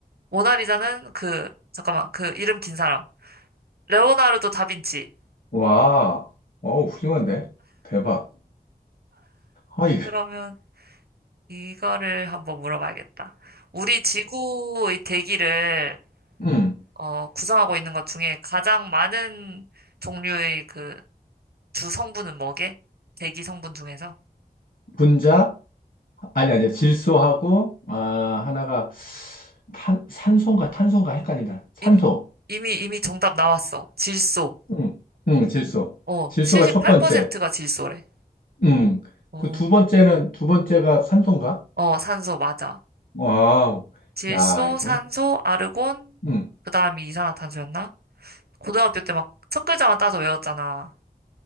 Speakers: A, on the right; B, on the left.
A: 모나리자는 그, 잠깐만, 그 이름 긴 사람. 레오나르도 다빈치.
B: 와, 어, 훌륭한데? 대박. 아, 이,
A: 그러면 이거를 한번 물어봐야겠다. 우리 지구의 대기를,
B: 음,
A: 어, 구성하고 있는 것 중에 가장 많은 종류의 그 주 성분은 뭐게? 대기 성분 중에서?
B: 분자? 아니, 아니, 질소하고, 아, 하나가 탄, 산소인가 탄소인가 헷갈린다. 산소.
A: 이미, 이미, 이미 정답 나왔어. 질소.
B: 응, 응, 질소.
A: 어,
B: 질소가
A: 78%가
B: 첫 번째.
A: 질소래.
B: 응.
A: 어,
B: 그 두 번째는, 두 번째가 산소인가?
A: 어, 산소, 맞아.
B: 와우.
A: 질소,
B: 야, 이거.
A: 산소, 아르곤,
B: 응.
A: 그 다음이 이산화탄소였나? 고등학교 때 막 첫 글자만 따서 외웠잖아.